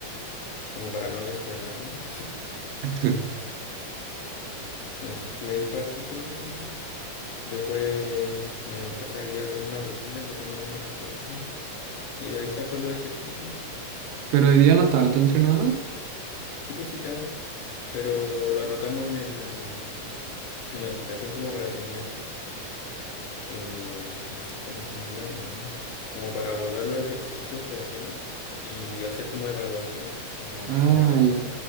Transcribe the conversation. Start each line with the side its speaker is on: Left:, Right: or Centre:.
Left: como para no lesionarme.
Right: <laughs>
Left: Así que ahí partí con eso. po. Después me empecé a guiar con una rutina que tengo en una aplicación y de ahí saco los ejercicios.
Right: Pero hoy día no estaba tu entrenador.
Left: Sí, pues sí, estaba. Pero lo anotamos en el, en la aplicación como para tener, eh, ¿cómo se llama? Como para guardar los ejercicios que hacemos y hacer como evaluaciones, como
Right: Ah,
Left: semanal.
Right: ya.